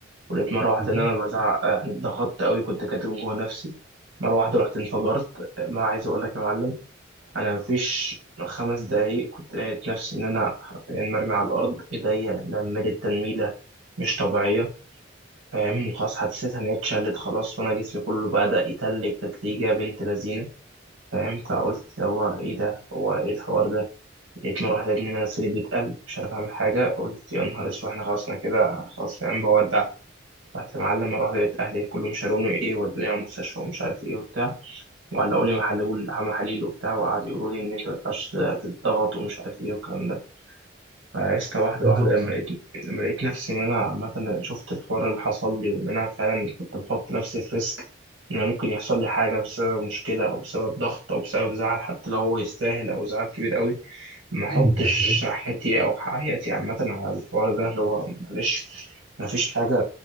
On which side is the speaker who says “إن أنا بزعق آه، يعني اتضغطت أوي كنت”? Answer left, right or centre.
Right